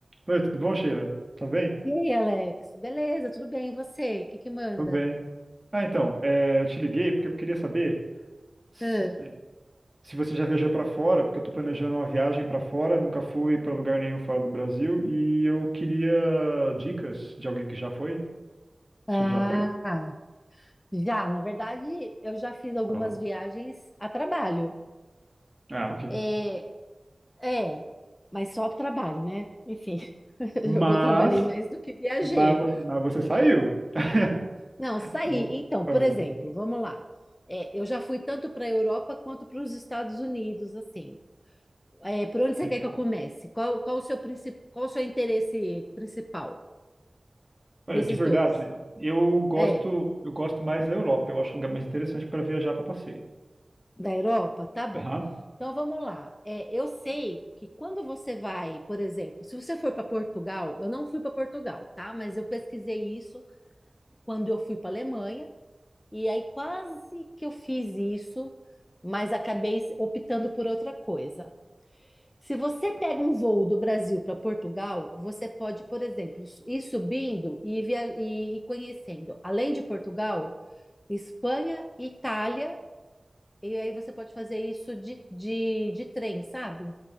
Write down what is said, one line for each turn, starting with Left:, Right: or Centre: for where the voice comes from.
Right: Oi, tudo bom, Sheila? Tá bem?
Left: E aí, Alex? Beleza, tudo bem? E você? O que que manda?
Right: Tô bem. Ah, então, é, eu te liguei porque eu queria saber se,
Left: Hã?
Right: se você já viajou pra fora, porque eu tô planejando uma viagem pra fora, nunca fui pra lugar nenhum fora do Brasil e eu queria dicas de alguém que já foi.
Left: Ah,
Right: Você já foi?
Left: já, na verdade, eu já fiz algumas
Right: Ah,
Left: viagens a trabalho.
Right: ah, ok.
Left: É, é, mas só para trabalho, né? Enfim, <laughs>
Right: Mas,
Left: eu trabalhei mais do que viajei.
Right: mas, vo- mas você saiu. <laughs>
Left: Não, saí.
Right: Então,
Left: Então,
Right: ah,
Left: por exemplo,
Right: então,
Left: vamos lá. É, eu já fui tanto para a Europa quanto para os Estados Unidos, assim. É, por onde você
Right: legal.
Left: quer que eu comece? Qual, qual o seu principal, qual o seu interesse principal
Right: Olha,
Left: desses
Right: de verdade,
Left: dois?
Right: eu gosto,
Left: É.
Right: eu gosto mais da Europa. Eu acho o lugar mais interessante para viajar para passeio.
Left: Da Europa? Tá bom.
Right: Aham.
Left: Então vamos lá. É, eu sei que quando você vai, por exemplo, se você for para Portugal, eu não fui para Portugal, tá? Mas eu pesquisei isso quando eu fui para Alemanha, e aí quase que eu fiz isso, mas acabei optando por outra coisa. Se você pega um voo do Brasil para Portugal, você pode, por exemplo, ir subindo e, via e e conhecendo, além de Portugal, Espanha, Itália e aí você pode fazer isso de, de, de trem, sabe?